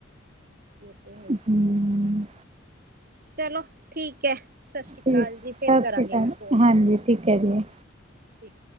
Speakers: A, on the right (about 50°); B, on the right (about 30°).
A: ਏਹ ਤੇ ਹੈ ਈ।
B: ਹਮ,
A: ਚਲੋ ਠੀਕ ਐ, ਸਤਿ ਸ਼੍ਰੀ ਅਕਾਲ
B: ਠੀਕ ਸਤਿ
A: ਜੀ, ਫੇਰ ਕਰਾਂਗੀ
B: ਸ਼੍ਰੀ ਅਕਾਲ
A: ਮੈਂ ਕਾੱਲ।
B: ਹਾਂਜੀ ਠੀਕ ਹੈ ਜੀ।
A: ਠੀਕ।